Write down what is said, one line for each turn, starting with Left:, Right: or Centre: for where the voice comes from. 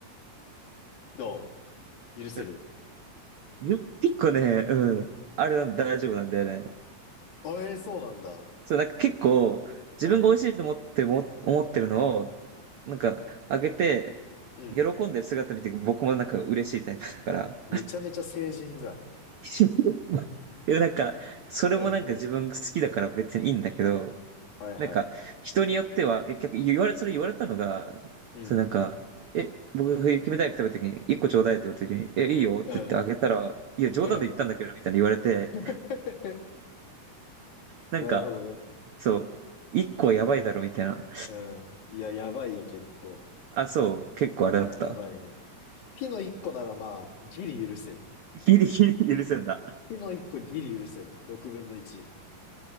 Left: どう許せる
Right: うん自分結構ね、うん。あれ大丈夫なんだよね。
Left: あ、えー、そうなんだ。
Right: そう、なんか結構、自分が美味しいと思っても、
Left: うん。
Right: 思ってるのを、なんか、あげて、
Left: うん。
Right: 喜んでる姿見て、僕もなんか嬉しいタイプだから、
Left: めちゃめちゃ成人じゃん。
Right: <laughs> でもなんか、それもなんか自分好きだから別にいいんだけど、
Left: うん。はいはい。
Right: なんか、人によっては、え、逆、言われ、それ言われたのが、
Left: うん。
Right: それなんか、え、僕、冬キムタイ食べた時に、一個ちょうだいって言った時に、え、いいよって言ってあげたら、
Left: うん。
Right: いや、冗談で言ったんだけど、
Left: うん。
Right: みたいに言われて、
Left: <laughs>
Right: なんか、
Left: なるほどね。
Right: そう、一個はやばいだろ、みたいな。
Left: うん。いや、やばいよ、結構。
Right: あ、そう、結構あれだった。
Left: うん、やばいね。ピの1個ならまあ、ギリ許せる。
Right: ギリギリ許せんだ。
Left: ピの1個ギリ許せる。6分の1。